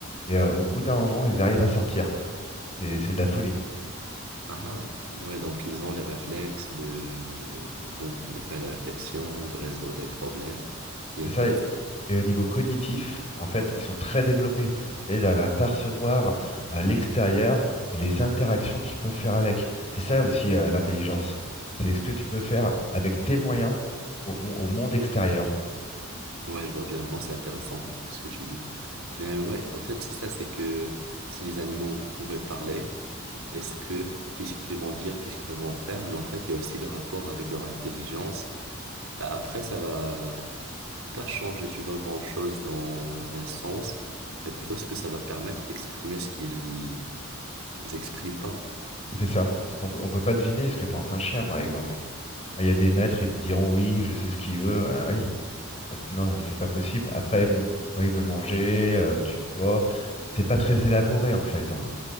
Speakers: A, on the left; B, on the right.
A: et euh, au bout d'un moment, ils arrivent à sortir. C'est c'est de la folie.
B: Ah, ah. Ouais, donc ils ont les réflexes de, bon, de faire des réflexions, de résoudre des problèmes. C'est
A: C'est
B: intéressant.
A: ça. Et au niveau cognitif, en fait, ils sont très développés. C'est-à-dire, ils arrivent à percevoir euh, l'extérieur et les interactions qu'ils peuvent faire avec. C'est ça aussi euh, l'intelligence. C'est ce que tu peux faire avec tes moyens au, mon- au monde extérieur.
B: Ouais, je vois bien. Non, c'est intéressant ce que tu dis. Mais ouais, en fait, c'est ça, c'est que si les animaux pouvaient parler, est-ce que qu'est-ce qu'ils vont dire, qu'est-ce qu'ils vont faire? Mais en fait, il y a aussi le rapport avec leur intelligence. Bah, après, ça va pas changer, tu vois, grand-chose dans un sens, mais plutôt ce que ça va permettre d'exprimer ce qu'ils expriment pas.
A: C'est ça. Ce qu'on peut- on peut pas deviner ce que pense un chien, par exemple. Il y a des
B: C'est-
A: maîtres, ils te diront oui, je sais ce qu'il veut. Ah oui. Ah, c'est- Non, c'est pas possible. Après, bon, quand il veut manger, euh, tu le vois. C'est pas très élaboré, en fait. hein.